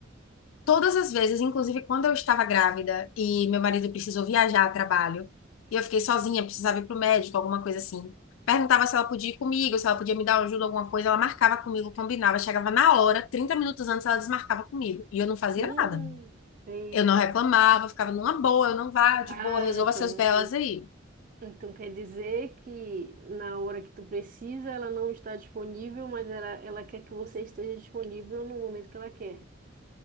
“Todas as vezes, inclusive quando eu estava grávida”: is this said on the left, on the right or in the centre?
Left